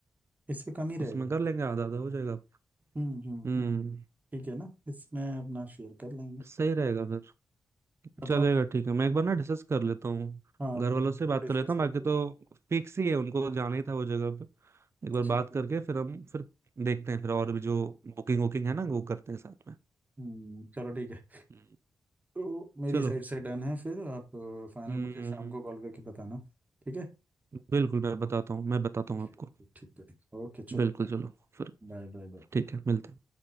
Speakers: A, on the right; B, on the right.
A: इससे कम ही रहेगा
B: उसमें कर लेंगे आधा आधा हो जाएगा
A: हम्म हम्म
B: हम्म
A: हम्म ठीक है ना इसमें अपना शेयर कर लेंगे
B: सही रहेगा फिर
A: बताओ
B: चलेगा ठीक है मैं एक बार ना डिस्कस कर लेता हूँ
A: हाँ
B: घर वालों से बात
A: डिस्कस
B: कर लेता हूँ बाकी
A: कर
B: तो
A: लो
B: फिक्स ही है उनको जाना ही था वो जगह पे एक बार
A: ठीक
B: बात करके
A: है
B: फिर हम फिर देखते हैं फिर और भी जो बुकिंग वुकिंग है ना वो करते हैं साथ में
A: हम्म चलो ठीक है
B: हम्म,
A: तो मेरी
B: चलो
A: साइड से डन है फिर आप फाइनल
B: हम्म
A: मुझे शाम को कॉल करके बताना ठीक है
B: बिल्कुल मैं बताता हूँ मैं बताता हूँ आपको
A: ठीक ठीक है ठीक ओके चलो
B: बिल्कुल चलो फिर
A: Bye bye bye
B: ठीक है मिलते हैं